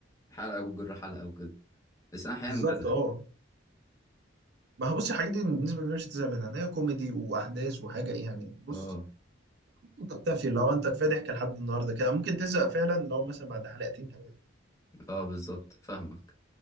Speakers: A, on the left; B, on the right.
A: حلقة وجر حلقة وكده بس انا احيانا
B: بالظبط
A: بزهق
B: اه ما هو بص الحاجات دي بالنسبه لي مش هتزهق منها إن هي كوميدي واحداث وحاجه يعني بص
A: اه
B: انت بتكتفي لو انت كفايه ضحك لحد النهارده كده ممكن تزهق فعلا لو مثلا بعد حلقتين ثلاثه
A: اه بالظبط فاهمك